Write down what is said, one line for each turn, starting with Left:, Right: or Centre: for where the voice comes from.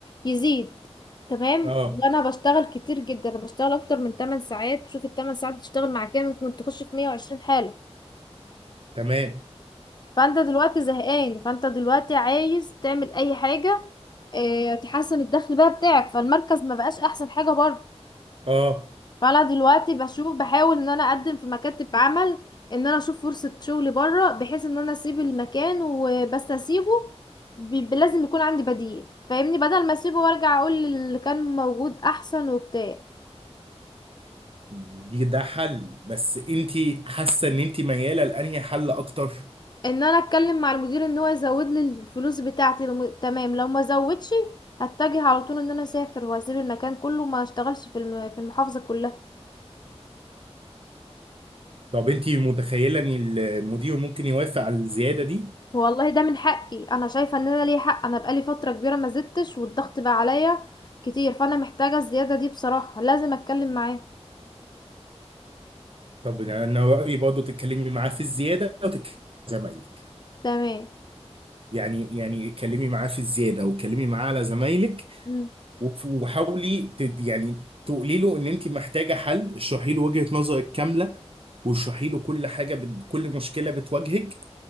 Left: يزيد تمام
Right: اه
Left: وانا بشتغل كتير جدا انا بشتغل اكتر من 8 ساعات شوف ال 8 ساعات بتشتغل مع كام ممكن تخش في 120 حالة
Right: تمام
Left: فانت دلوقتي زهقان فانت دلوقتي عايز تعمل اي حاجة اه تحسن الدخل بقى بتاعك فالمركز ما بقاش احسن حاجة برضه
Right: اه
Left: فانا دلوقتي بشوف بحاول ان انا اقدم في مكاتب عمل ان انا اشوف فرصة شغل بره بحيث ان انا اسيب المكان وبس اسيبه بيبقى لازم يكون عندي بديل فاهمني بدل ما اسيبه وارجع اقول اللي كان موجود احسن وبتاع
Right: دي ده حل بس انت حاسه ان انت مياله لانهي حل اكتر
Left: ان انا اتكلم مع المدير ان هو يزود لي الفلوس بتاعتي لو م- تمام لو ما زودش هتجه على طول ان انا اسافر واسيب المكان كله ما اشتغلش في الم- في المحافظة كلها
Right: طب انت متخيله ان المدير ممكن يوافق على الزياده دي
Left: والله ده من حقي انا شايفه ان انا ليا حق انا بقالي فتره كبيره ما زدتش والضغط بقى عليا كتير فانا محتاجه الزياده دي بصراحه لازم اتكلم معاه
Right: طب انا رايي برضه تتكلمي معاه في الزياده وتتكلمي مع زمايلك
Left: تمام
Right: يعني يعني اتكلمي معاه في الزياده واتكلمي معاه على زمايلك
Left: مم.
Right: وف- وحاولي تد- يعني تقولي له ان انت محتاجه حل اشرحي له وجهه نظرك كامله واشرحي له كل حاجه بت- كل مشكله بتواجهك